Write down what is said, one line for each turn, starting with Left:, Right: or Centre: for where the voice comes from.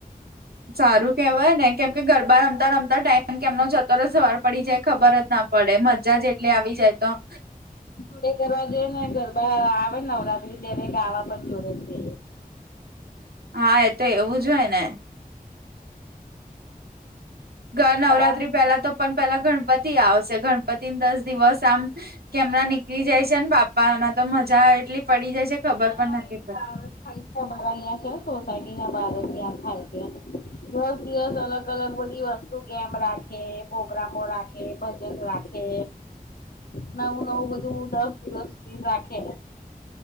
Right: સારું કેહેવાય ને કેમ કે ગરબા રમતા રમતા ટાઈમ કે એમનો જતો રહેશેવાર- પડી જાય ખબર જ ના પડે મજા જે એટલે આવી જાય તો-
Left: ડે કરવા જઈ ને ગરબા આવે ને નવરાત્રી ત્યારે ગાવા પણ જોડે જ છે.
Right: હા એ તો એવું જ હોય ને- ઘર નવરાત્રી
Left: સવાર
Right: પહેલા તો પણ પેલા ગણપતિ આવશે ગણપતિ દસ દિવસ આમ- કેમના નીકળી જાય છેને પાપાના તો મજા એટલી પડી જાય છે. ખબર
Left: અમારે
Right: પણ નથી પડતી
Left: બાારત થાય છે અમારા અહં છે સોસાયટી ના બારત ત્યાં થાય છે. દસ દિવસ અલગ અલગ બધી વસ્તુ કેમ રાખે પ્રોગ્રામો રાખે- એ પજસ રાખે
Right: <inaudible>
Left: નવું નવું બધું દસ દિવસ સુધી રાખે